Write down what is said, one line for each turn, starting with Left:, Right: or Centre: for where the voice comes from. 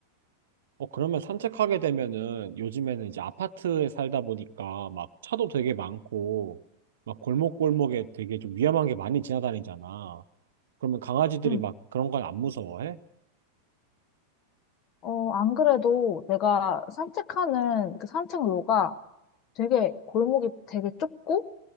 Right: 어, 그러면 산책하게 되면은 요즘에는 이제 아파트에 살다 보니까 막 차도 되게 많고 막 골목골목에 되게 좀 위험한 게 많이 지나다니잖아. 그러면 강아지들이
Left: 응.
Right: 막 그런 건 안 무서워해?
Left: 어, 안 그래도 내가 산책하는 그 산책로가 되게 골목이 되게 좁고